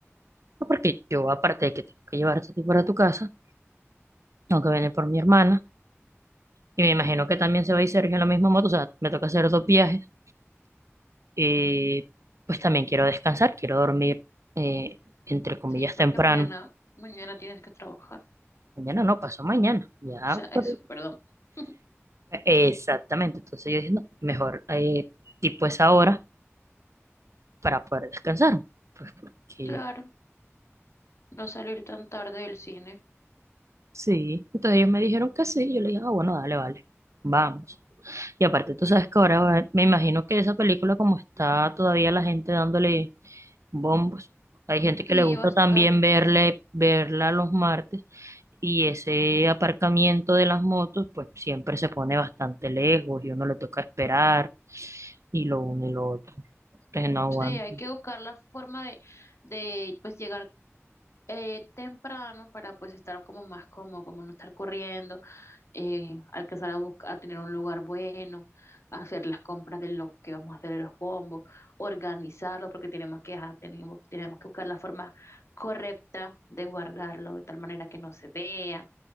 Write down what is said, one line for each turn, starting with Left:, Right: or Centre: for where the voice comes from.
Right: no, porque yo aparte de que tengo que llevarte a ti para tu casa, aunque viene por mi hermana. Y me imagino que también se va a ir Sergio en la misma moto. O sea, me toca hacer dos viajes. Y pues también quiero descansar, quiero dormir, eh, entre comillas,
Left: Sí, porque
Right: temprano.
Left: mañana, mañana tienes que trabajar.
Right: Mañana no, pasó mañana. Ya,
Left: O sea, eso,
Right: pues,
Left: perdón. <laughs>
Right: exactamente. Entonces yo dije, no, mejor eh, tipo esa hora para poder descansar. Pues porque
Left: Claro, no salir tan tarde del cine.
Right: sí. Entonces ellos me dijeron que sí. Yo le dije, ah, bueno, dale, vale. Vamos. Y aparte, tú sabes que ahora va- me imagino que esa película, como está todavía la gente dándole bombos. Hay gente que
Left: Sí,
Right: le gusta
Left: va a
Right: también
Left: estar.
Right: verle, verla los martes y ese aparcamiento de las motos pues siempre se pone bastante lejos y uno le toca esperar y lo uno y lo otro. Entonces no aguanta.
Left: Sí, hay que buscar la forma de, de pues llegar eh, temprano para pues estar como más cómodo, como no estar corriendo, eh, alcanzar a buscar a tener un lugar bueno, hacer las compras de lo que vamos a hacer de los combos, organizarlo porque tenemos que ajá, tenemos, tenemos que buscar la forma correcta de guardarlo de tal manera que no se vea.